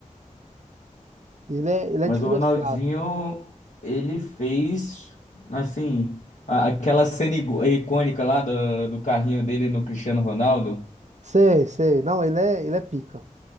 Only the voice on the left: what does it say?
Mas
o Ronaldinho, ele fez, assim, a- aquela cena igu- icônica lá do, do carrinho dele no Cristiano Ronaldo.